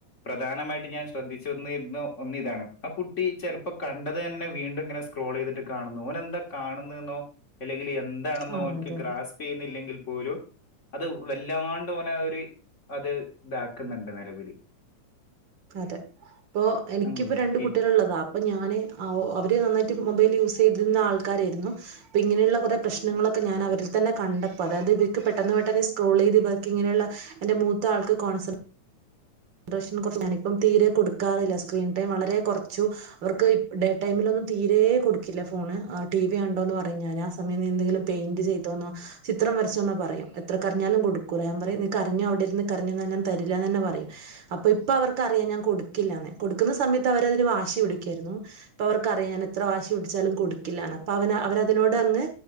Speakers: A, on the left; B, on the right.
A: പ്രധാനമായിട്ട് ഞാൻ ശ്രദ്ധിച്ചുരുന്ന ഒന്ന് ഇതാണ് ആ കുട്ടി ചെലപ്പോ കണ്ടത് തന്നെ വീണ്ടും ഇങ്ങനെ സ്ക്രോളയ്തിട്ട് കാണുന്നു ഓനന്താ കാണുന്ന്ന്നോ അല്ലെങ്കില് എന്താണെന്നോ
B: ആ
A: ഓൻക്ക്
B: അതെ
A: ഗ്രാസ്
B: അതെ
A: യ്യുന്നില്ലെങ്കിൽ പോലും അത് വല്ലാണ്ട് ഓനെ അഒര് അതെ ഇതാക്കുന്നുണ്ട് നിലവില്
B: അതെ അപ്പൊ എനിക്കിപ്പോ
A: ഉം.
B: രണ്ട്
A: പി
B: കുട്ടികളുള്ളതാ ഇപ്പം ഞാന് അവര് നന്നായിട്ട് മൊബൈല് യൂസയ്തിരുന്ന ആൾക്കാരായിരുന്നു ഇപ്പ ഇങ്ങനെയുള്ള കൊറേ പ്രശ്നങ്ങളൊക്കെ ഞാന് അവരിൽ തന്നെ കണ്ടപ്പോ അതായത് ഇവർക്ക് പെട്ടെന്ന് പെട്ടന്ന് സ്ക്രോളെയ്ത് ഇവ ഇങ്ങനെയുള്ള എന്റെ മൂത്ത ആൾക്ക് കോൺസെപ് <unintelligible> ഞാനിപ്പം തീരെ കൊടുക്കാറില്ല സ്ക്രീൻ ടൈം വളരെ കൊറച്ചു അവർക്ക് ഡേ ടൈമിലൊന്നും തീരേ കൊടുക്കില്ല ഫോണ് ടി വി കണ്ടോ പറയും ഞാനാ സ മയം എന്തെങ്കിലും പെയിന്റ് ചെയ്തോന്നോ ചിത്രം വരച്ചോന്ന പറയും എത്ര കരഞ്ഞാലും കൊടുക്കൂല ഞാ പറയും നീക്കരഞ്ഞോ അവിടിരുന്ന് കരഞ്ഞോ ഇന്നാ തരില്ലാനെന്നെ പറയും അപ്പം ഇപ്പ അവർക്ക് അറിയാം ഞാൻ കൊടുക്കില്ലാന്ന് കൊടുക്കുന്ന സമയത്ത് അവരതിന് വാശി പിടിക്കായിരുന്നു ഇപ്പ അവർക്ക് അറിയ ഞാനെത്ര വാശി പിടിച്ചാലും കൊടുക്കില്ലാണ് ഇപ്പ അവനാ അവരതിനോട് അങ്ങ്